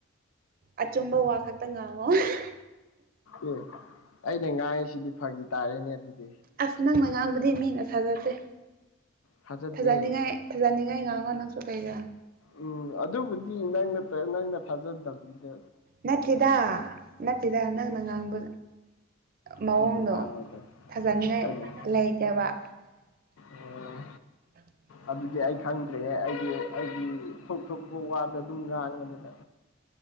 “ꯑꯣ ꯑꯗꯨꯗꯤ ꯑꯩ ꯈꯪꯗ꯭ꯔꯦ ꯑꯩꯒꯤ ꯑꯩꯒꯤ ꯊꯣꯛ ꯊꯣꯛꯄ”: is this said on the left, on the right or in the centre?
Left